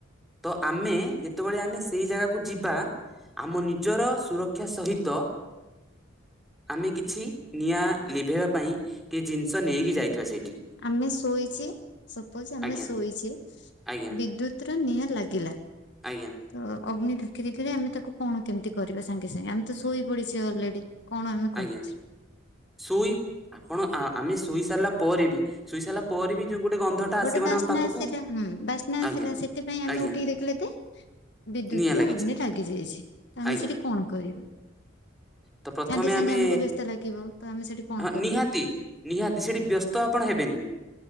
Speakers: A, in the centre; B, on the left (about 60°).
A: ତ ଆମେ ଯେତେବେଳେ ଆମେ ସେଇ ଜାଗାକୁ ଯିବା ଆମ ନିଜର ସୁରକ୍ଷା ସହି ତ ଆମେ କିଛି ନିଆଁ ଲିଭେଇବା ପାଇଁ କି ଜିନିଷ ନେଇ କି ଯାଇଥିବା ସେଇଠି।
B: ଆମେ ଶୋଇଚେ ସପୋଜ ଆମେ
A: ଆଜ୍ଞା
B: ଶୋଇଚେ
A: ଆଜ୍ଞା।
B: ବିଦ୍ୟୁତର ନିଆଁ ଲାଗିଲା।
A: ଆଜ୍ଞା
B: ତ ଅଗ୍ନି ଢାକି ଦେଇଥିଲେ ଆମେ ତାକୁ କଣ କେମିତି କରିବା ସାଙ୍ଗେ ସାଙ୍ଗେ ଆମେ ତ ଶୋଇ ପଡିଛେ ଅଲରେଡି। କଣ ଆମେ
A: ଆଜ୍ଞା
B: କରିଛେ?
A: ଶୋଇ ଆ ଆପଣ ଆମେ ଶୋଇ ସାରିଲା ପରେ ବି ଶୋଇ ସାରିଲା ପରେ ବି ଯୋଉ ଗୋଟେ ଗନ୍ଧଟା ଆସିବ
B: ଗୋଟେ ବାସ୍ନା
A: ନା ଆମ ପାଖକୁ
B: ଆସିଲା ହୁଁ ବାସ୍ନା ଆସିଲା
A: ଆଜ୍ଞା
B: ସେଥିପାଇଁ ଆମେ
A: ଆଜ୍ଞା
B: ଉଠିକି ଦେଖିଲେ ତେ ବିଦ୍ୟୁତ
A: ନିଆଁ
B: ର
A: ଲାଗିଛି
B: ଅଗ୍ନି ଲାଗି ଯାଇଛି, ତ ଆମେ
A: ଆଜ୍ଞା
B: ସେଠି କଣ କରିବା?
A: ତ ପ୍ରଥମେ
B: ସାଙ୍ଗେ ସାଙ୍ଗେ
A: ଆମେ
B: ଆମକୁ ବ୍ୟସ୍ତ ଲାଗିବ ତ ଆମେ ସେଠି କଣ
A: ହଁ
B: କରିବା
A: ନିହାତି ନିହାତି ସେଠି ବ୍ୟସ୍ତ ଆପଣ ହେବେନି।